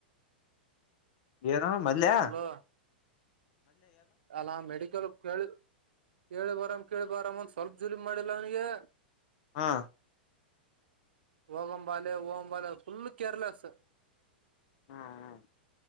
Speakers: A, on the left; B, on the right.
A: ಏನು ಮಲಯ
B: ಅಲೋ ಅಲ್ಲಾ ಮೆಡಿಕಲ್ ಕೇಳಿ ಕೇಳಿ ಬಾರಾಮ್ ಕೇಳಿ ಬಾರಾಮ್ ಒಂದ್ ಸ್ವಲ್ಪ್ ಜೂಲಿ ಮಾಡಿಲ್ಲ ಅವನಿಗೆ
A: ಹಾ
B: ಹೋಗಂಬಾಲೆ ಓಗಂಬಾಲೆ ಫುಲ್ ಕೇರ್ಲೆಸ್
A: ಹ್ಮ್ ಹ್ಮ